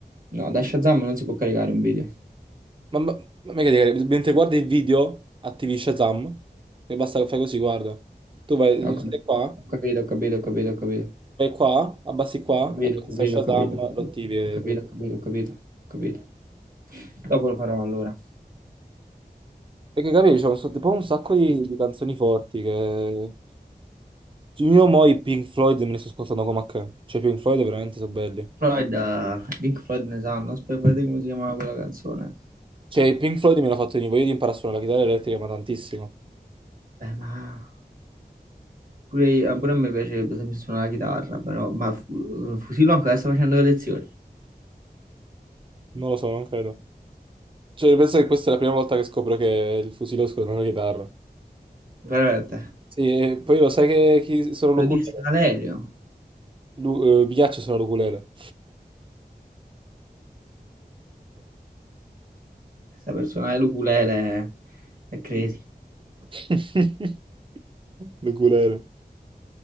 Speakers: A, on the right (about 55°); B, on the right (about 30°).
A: No, da Shazam non si può caricare un video.
B: Ma, ma, ma mica dire, mentre guardi il video, attivi Shazam, e basta che fai così, guarda. Tu vai,
A: Ho cap-
B: stai qua,
A: ho capito, ho capito, ho capito, ho capito.
B: vai qua, abbassi qua,
A: Capito,
B: e qua
A: capito,
B: sta Shazam,
A: capito,
B: lo attivi. e
A: capito,
B: tu-
A: capito, capito, capito. capito. Dopo lo farò allora.
B: Perché capisci, c'è un, tipo un sacco di, di canzoni forti che... Cioè, Io mo i Pink Floyd me li sto ascoltando come a che. Cioè, i Pink Floyd veramente sono belli.
A: Floyd, eh, Pink Floyd ne sanno, aspetta, vedete come si chiamava quella canzone.
B: Cioè, i Pink Floyd mi hanno fatto venire voglia di imparare a suonare la chitarra elettrica, ma tantissimo.
A: Eh, ma pure, io- pure a me piacerebbe saper suonare la chitarra, però, ma Fu- eh, Fusillo ancora sta facendo le lezioni,
B: Non lo so, non credo. Cioè, penso che questa è la prima volta che scopro che il fusilosco non è una chitarra.
A: veramente.
B: Sì, e poi lo sai che chi sono l'oculista?
A: Lo disse Valerio,
B: Lu- eh, mi piace suonare l'ukulele.
A: saper suonare l'ukulele è, è crazy.
B: <laughs> L'ukulele.